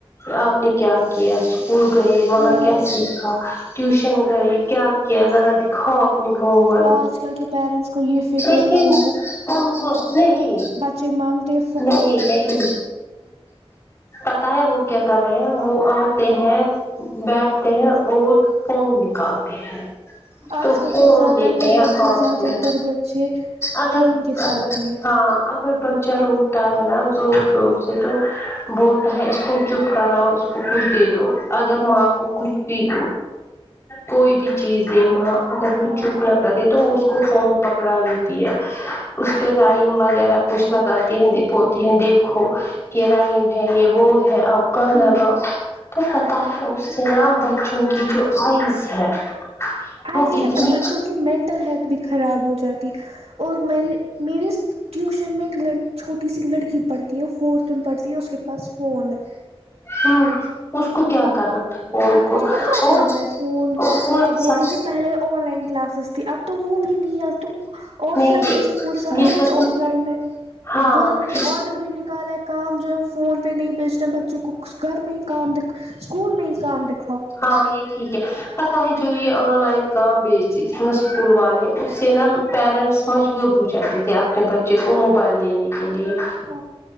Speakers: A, on the left; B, on the right.
A: آپ نے کیا کیا اسکول گئے وہاں
B: ہاں
A: کیا سیکھا ٹیوشن گئے کیا کیا ذرا ہاں اپنی ہوور
B: آج کل کے پیرنٹس کو یہ فکر
A: لیکن
B: نہیں ہے
A: ہم سوچتے ہی
B: جی مانگ
A: نہیں نہیں پتا ہے وہ کیا کر رہے ہیں وہ آتے ہیں بیٹھتے ہیں اور فون نکالتے ہیں تو
B: آج کل
A: فون
B: کے زیادہ
A: لے کے
B: تر بچے
A: ہاتھ
B: زیادہ
A: میں
B: تر بچے
A: اگر
B: فون کے ساتھ ہی ہے
A: ہاں اگر بچہ روتا ہے نا زور زور سے تو بولتا ہے اس کو چپ کراؤ اس کچھ دے دو اگر ماں کو کچھ بھی کوئی بھی چیز دے ماں اگر وہ
B: ہاں
A: چپ نہ کرے تو اس کو فون پکڑا دیتی ہے اس پہ رائم وغیرہ کچھ لگاتی ہیں بولتی ہیں دیکھو یہ رائم ہے یہ وہ ہے کاناگاؤ
B: ہوں
A: تو پتہ ہے اس سے نام بچوں کی جو آئز ہے وہ
B: ایس
A: کتنی
B: کیا بچوں کی مینٹل ہیلتھ بھی خراب ہو جاتی اور میں میرے ٹیوشن میں لڈ چھوٹی سی لڑکی پڑھتی وہ فورتھ میں پڑھتی ہے اس کے پاس فون ہے
A: ہاں اس کو کیا کرنا تھا فون
B: اس کو کیا
A: اور
B: کرنا ہے فون
A: اور
B: کو اب
A: سب
B: بولیں گے پہلے آن لائن کلاسز تھی اب تو وہ بھی نہیں ہے اب تو آف
A: نہیں
B: لائن
A: یہ
B: ہے اسکول سارا
A: یہ
B: کچھ
A: تو
B: آف لائن ہے
A: ہاں
B: گورنمنٹ نے آرڈر بھی نکالا کام جو ہے فون پہ نہیں بیچتے بچوں کو گھر میں ہی کام د اسکول میں ہی کام دکھ
A: ہاں یہ ٹھیک ہے پتہ ہے جو یہ آن لائن کام بیچتی نہ اسکول والے اس سے نا پیرنٹس مجبور ہو جاتے تھے اپنے بچے کو موبائل دینے کے لیے
B: ہ